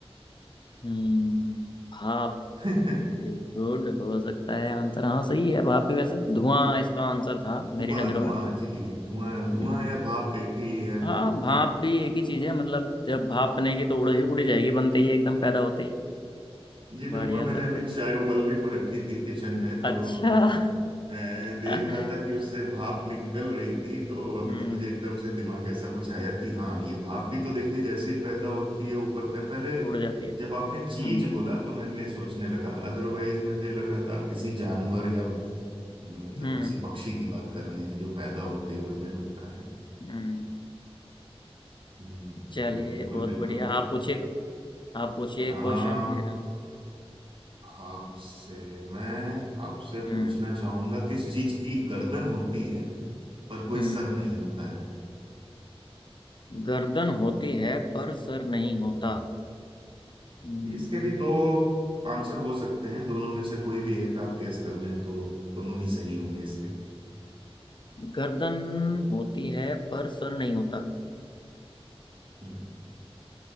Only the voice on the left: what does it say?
हम्म भाप
वेरी गुड हो सकता है आंसर हाँ सही है भाप भी वैसे धुआं इसका आंसर था मेरी
नजरों
में
हम्म,
हाँ
भाप भी एक ही चीज है मतलब जब भाप बनेगी तो उड़ उड़ जाएगी बनते ही एकदम पैदा होते ही
बढ़िया
सर
बढ़िया
अच्छा
<laughs>
हम्म
उड़ जाती है
हम्म
हम्म
हम्म
चलिए
बहुत
बढ़िया आप पूछिए आप पूछिए
क्वेश्चन फिर हम-
हम्म
हम्म
गर्दन होती है पर सर नहीं होता हम्म,
गर्दन होती है पर सर नहीं होता